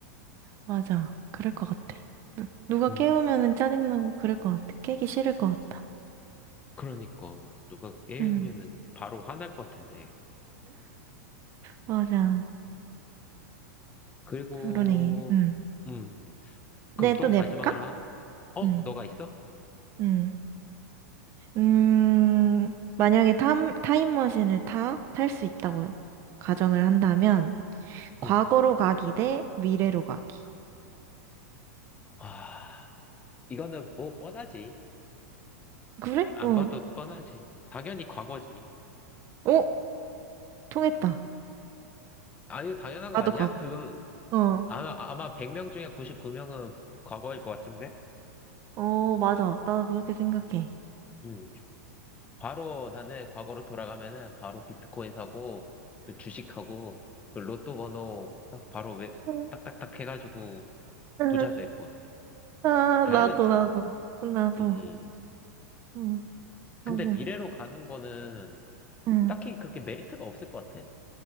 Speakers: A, on the right; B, on the left.
A: 맞아. 그럴 것 같아. 누가
B: 음.
A: 깨우면은 짜증나고 그럴 것 같아. 깨기 싫을 것 같다.
B: 그러니까 누가 깨우면은
A: 음,
B: 바로 화날 것 같은데.
A: 맞아.
B: 그리고
A: 그러네. 음.
B: 음
A: 네,
B: 그럼 또
A: 또 내볼까?
B: 마지막으로 하... 어
A: 음,
B: 너가 있어?
A: 음. 음, 만약에 타, 타임머신을 타, 탈 수 있다고 가정을 한다면, 과거로
B: 응.
A: 가기 대 미래로 가기.
B: 아 이거는 뭐 뻔하지.
A: 그래?
B: 안
A: 어.
B: 봐도 뻔하지. 당연히 과거지.
A: 어, 통했다.
B: 아, 이거 당연한 거
A: 나도
B: 아니야?
A: 과거.
B: 이거
A: 어.
B: 아마, 아마 100명 중에 99명은 과거일 것 같은데?
A: 어, 맞아. 나도 그렇게 생각해.
B: 음. 바로 나는 과거로 돌아가면은 바로 비트코인 사고, 그 주식하고, 그 로또 번호 딱 바로 왜
A: 응.
B: 딱딱딱 해가지고
A: <laughs> 응.
B: 부자 될 거야.
A: 아,
B: 당연하지.
A: 나도, 나도. 나도.
B: 음.
A: 응, 맞아.
B: 근데 미래로 가는 거는
A: 응
B: 딱히 그렇게 메리트가 없을 것 같아.